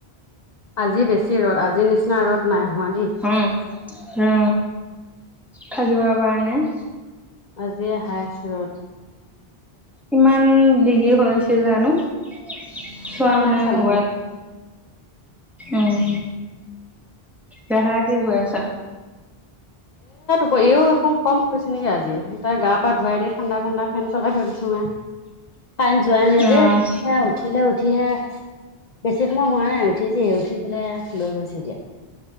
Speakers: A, on the left; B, in the centre.
A: আজি বেছি ৰ'দ, আজি নিচিনা ৰ'দ নাই। হোৱা দেই,
B: অ', ৰ থাকিব পৰা নাই।
A: আজি হায়েছ ৰ'দ।
B: ইমান ডিগ্ৰী হৈছিল জানো চোৱাও
A: চোৱা
B: নাই
A: চালে
B: মোবাইলত। উম, দেহাই কি‌ কৰি আছা?
A: অ' এইও একো কম হৈছে নেকি আজি তাই গা পা ধুৱাই দি ঠাণ্ডা ঠাণ্ডা ফেন চলাই থৈ দিছোঁ মই। কাৰেণ্ট যোৱা নাই
B: অ',
A: যে, সেয়া উঠিলে উ উঠি, হে বেছি সময় হোৱা নাই উঠিছেহে উঠি পেলাই লৈ গৈছে এতিয়া।